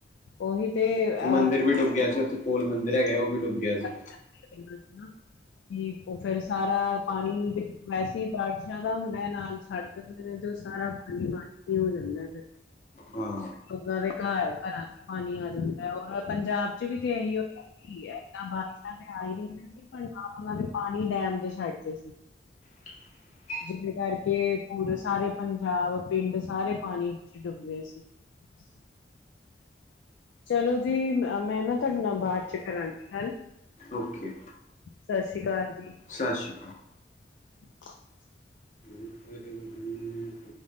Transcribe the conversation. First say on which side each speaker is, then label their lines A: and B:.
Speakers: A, on the left; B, on the left.
A: ਉਹੀ ਤੇ ਅ
B: ਮੰਦਰ ਵੀ ਡੁੱਬਿਆ ਸੀ ਉੱਥੇ ਕੋਲ ਮੰਦਿਰ ਹੈਗਾ ਉਹ ਵੀ ਡੁੱਬਿਆ ਸੀ।
A: <unintelligible> ਕਿ ਉਹ ਫਿਰ ਸਾਰਾ ਪਾਣੀ ਵੈਸੇ ਹੀ ਬਾਰਿਸ਼ਾਂ ਦਾ ਹੁੰਦਾ ਨਾਲ ਛੱਡ ਦਿੰਦੇ ਨੇ ਤੇ ਉਹ ਸਾਰਾ ਪਾਣੀ-ਪਾਣੀ ਹੋ ਜਾਂਦਾ ਫਿਰ
B: ਹਾਂ
A: ਲੋਕਾਂ ਦੇ ਘਰ-ਘਰਾਂ ਚ ਪਾਣੀ ਆ ਜਾਂਦਾ ਹੈ ਔਰ ਪੰਜਾਬ ਚ ਵੀ ਤੇ ਇਹੀ ਹੋਇਆ ਕਿ ਏਹ ਬਾਰਿਸ਼ਾਂ ਤੇ ਆ ਹੀ ਰਹੀਆਂ। ਪਰ ਨਾਲ ਉਹਨਾਂ ਨੇ ਪਾਣੀ ਟਾਈਮ ਤੇ ਛੱਡ ਦੇ ਸੀ।
B: <inaudible>
A: ਜਿਹਦੇ ਕਰਕੇ ਪੂਰੇ ਸਾਰੇ ਪੰਜਾਬ ਪਿੰਡ ਸਾਰੇ ਪਾਣੀ ਵਿੱਚ ਡੁੱਬਦੇ ਸੀ। <unintelligible> ਚਲੋ ਜੀ ਮੈਂ ਨਾ ਤੁਹਾਡੇ ਨਾਲ ਬਾਅਦ ਚ ਕਰਾਂਗੀ ਗੱਲ
B: ਓਕੇ।
A: ਸਤਿ ਸ੍ਰੀ ਅਕਾਲ ਜੀ।
B: ਸਤਿ ਸ਼੍ਰੀ
A: <inaudible>
B: <unintelligible>